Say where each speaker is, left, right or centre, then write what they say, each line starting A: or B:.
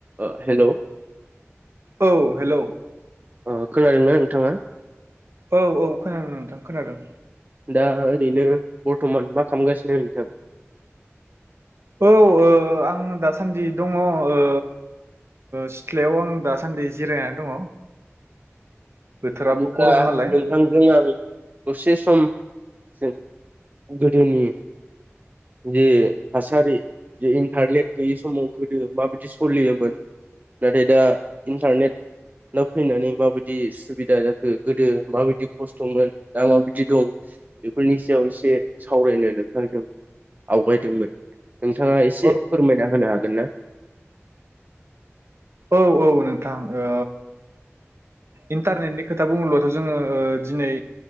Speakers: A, on the right; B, on the right.
A: ओ हेल।
B: औ हेलौ
A: ओ खोनादोंनो नोंथाङा?
B: औ औ खोनादों नोंथां खोनादों।
A: दा ओरैनो बर्थमान मा खालामगासिनो नोंथां?
B: औ ओ आं दासान्दि दङ ओ ओ सिथ्लायाव आं दासान्दि जिरायनानै दङ। बोथोराबो
A: बिदिब्ला
B: गरम नालाय
A: नोंथांजों आं दसे सम जों गोदोनि जे थासारि जे इन्टारनेट गैयि समाव गोदो माबिदि सलियोमोन नाथाय दा इन्टारनेटनो फैनानै माबायदि सु बिदा जाखो गोदो माबायदि खस्थमोन दा माबायदि दं बेफोरनि सायाव एसे सावरायनो नोंथांजों आवगायदोंमोन। नोंथाङा एसे
B: औ
A: फोरमायना होनो हागोन ना?
B: औ औ नोंथां ओ इन्टारनेटनि खोथा बुङोब्लाथ जोङो ओ दिनै